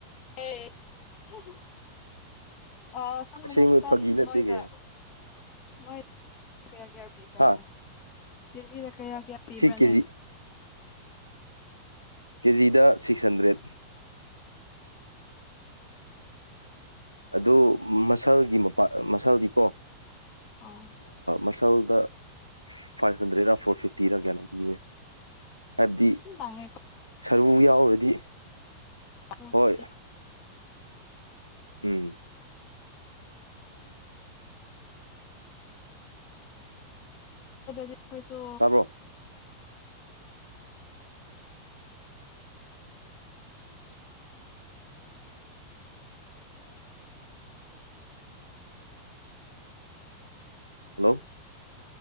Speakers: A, on the left; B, on the right.
A: ꯑꯦ <unintelligible> ꯑ ꯁꯟ ꯃꯅꯨꯡ
B: ꯑꯁꯦꯡꯕ
A: ꯁꯟ
B: ꯐꯥꯒꯤ ꯅꯠꯇꯦ
A: ꯅꯣꯏꯗ
B: ꯀꯩꯅꯣ
A: ꯅꯣꯏ ꯀꯌꯥ ꯀꯌꯥ ꯄꯤꯕ꯭ꯔꯥꯅꯦ
B: ꯍꯥ
A: ꯀꯦꯖꯤꯗ ꯀꯌꯥ ꯀꯌꯥ ꯄꯤꯕ꯭ꯔꯅꯦ
B: ꯁꯤ ꯀꯦꯖꯤ ꯀꯦꯖꯤꯗ ꯁꯤꯛꯁ ꯍꯟꯗ꯭ꯔꯦꯠ ꯑꯗꯨ ꯃꯁꯜꯒꯤ ꯃꯄꯥꯥꯟ ꯃꯁꯜꯗꯤꯀꯣ
A: ꯑꯣ
B: ꯃꯁꯜꯗ ꯐꯥꯏꯚ ꯍꯟꯗ꯭ꯔꯦꯗꯔꯥ ꯐꯣꯔ ꯐꯤꯐꯇꯤꯔꯥ ꯀꯅꯣ ꯄꯤ ꯍꯥꯏꯕꯗꯤ
A: ꯌꯥꯝ ꯇꯥꯡꯉꯦꯀꯣ
B: ꯁꯔꯨ ꯌꯥꯎꯔꯗꯤ
A: ꯐꯣꯔ
B: ꯍꯣꯏ
A: ꯐꯤꯐꯇꯤ
B: ꯎꯝ
A: ꯗꯤ ꯀꯣꯏꯁꯨ
B: ꯇꯥꯕ꯭ꯔꯣ ꯍꯜꯂꯣ